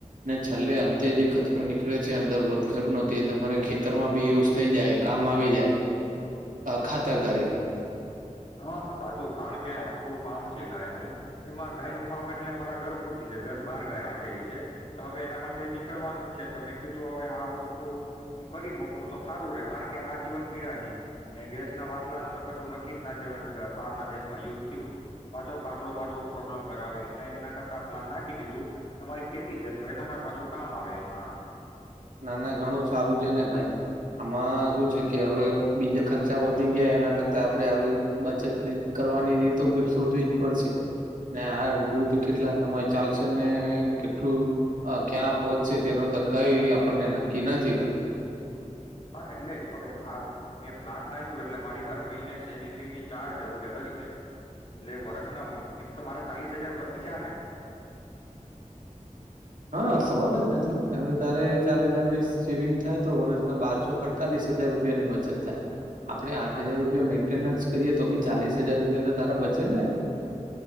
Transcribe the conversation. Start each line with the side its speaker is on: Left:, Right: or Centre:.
Right: ને છેલ્લે અંતે જે કચરો નીકળે છે અંદર વધઘટનો તમારે ખેતરમાં બી યુઝ થઈ જાય કામ આવી જાય ખાતર તરીકે.
Left: હા સાચું કારણ કે આપડું ફાર્મ છે ગાયનું એમાં ગાયનુંું ફાર્મ એટલે મારા ઘર પૂરતી છે દસ બાર ગાય રાખેલી છે તો હવે એનામાં નીકળવાનું જ છે તો મેં કીધું હવે આ વસ્તુ હું કરી મક તો સારું રે કારણ કે આ જીવન પીડા નની ને ગેસના બાટલાનું તો કશું નક્કી જ નાખ. કે બહાર ના દેશમાં યુદ્ થયું તો પાછો બાટલો પાછો પ્રોબ્લમ કરાવે એટલે એના કરતા પ્લાન નાખી દીધું મારી ખેતી છે તો એનામાં પાછું કામ આવે એ છાણ.
Right: નાના ઘણું સારું છે ને ભાઈ આમાં શું છે કે હવે બીજા ખર્ચા વધી ગયા એના કરતા આપડણે આવી બચત કરવાની રીતો શોધવી જ પડશે ને આ યુદ્ધ કેટલા સમય ચાલશે ને કેટલું ક્યાં પહોચશે તેનો તો કઈ. આપને નક્કી નથી ભાઈ.
Left: હા એટલે જ હવે આ મેં પ્લાન્ટ નાખ્યું એટલે મારી હર મહિને સેવિંગની ચાર હજાર રૂપિયા થઈ છે એટલે વર્ષના એમ તો મારા ચાલીસ હજાર બાય છેા ને.
Right: હા સવાલ જ નથી ને હવે તારે ચાર હજારની સેવિંગ થાય તો વર્ષના બાર ચોક અડતાલીસ હજાર રૂપિયાની બચત થાય આપડે આઠ હજાર રૂપિયા મેન્ટેનન્સ કરીએ તો બી ચાલીસ હજાર રૂપિયા તો તારા બચે ને.